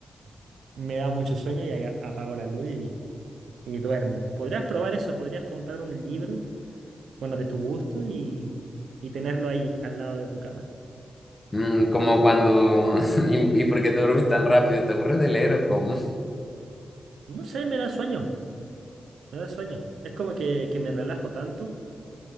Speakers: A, on the right; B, on the left.
A: <laughs> me da mucho sueño y ahí a- apago la luz y y duermo. Podrías probar eso, podrías comprar un libro, bueno, de tu gusto y, y tenerlo ahí al lado de tu cama.
B: mm, como cuando, <laughs> ¿y, y por qué te duermes tan rápido? ¿Te aburres de leer o cómo?
A: No sé, me da sueño, me da sueño. Es como que, que me relajo tanto